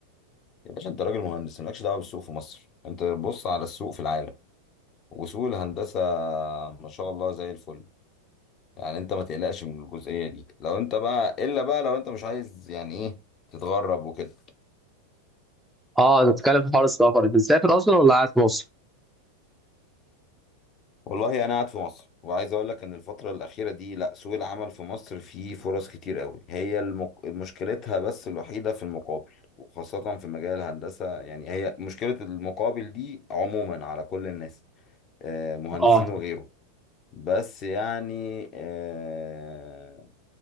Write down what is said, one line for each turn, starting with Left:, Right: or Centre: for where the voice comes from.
Left: يا باشا انت راجل مهندس مالكش دعوه بالسوق في مصر انت بص على السوق في العالم وسوق الهندسه ما شاء الله زي الفل يعني انت ما تقلقش من الجزئيه دي لو انت بقى الا بقى لو انت مش عايز يعني ايه تتغرب وكده
Centre: اه نتكلم في حوار السفر انت مسافر اصلا ولا قاعد في مصر
Left: والله انا قاعد في مصر وعايز اقول لك ان الفتره الاخيره دي لا سوق العمل في مصر فيه فرص كتير قوي هي المك... مشكلتها بس الوحيده في المقابل وخاصه في مجال الهندسه يعني هي مشكله المقابل دي عموما على كل الناس آه، مهندسين
Centre: اه
Left: وغيره بس يعني آه،